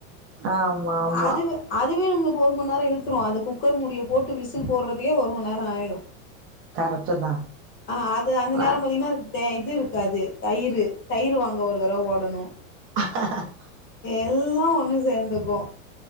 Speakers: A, on the right (about 35°); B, on the left (about 30°).
A: ஆ ஆமா ஆமா
B: அது அதுவே நம்மளுக்கு ஒரு மநேரம் இழுத்துடும் அது குக்கர் மூடிய போட்டு விசில் போடுறதுக்கே ஒரு மநேரம் ஆய்டும்
A: கரெக்ட்டு தா
B: ஆ அது அந்த நேரம்
A: ஆ
B: பாத்தீங்கன்னா தே இது இருக்காது தயிர் தயிர் வாங்க ஒரு தடவ ஓடணும்
A: அஹ
B: எல்லா ஒன்னு சேர்ந்துக்கும்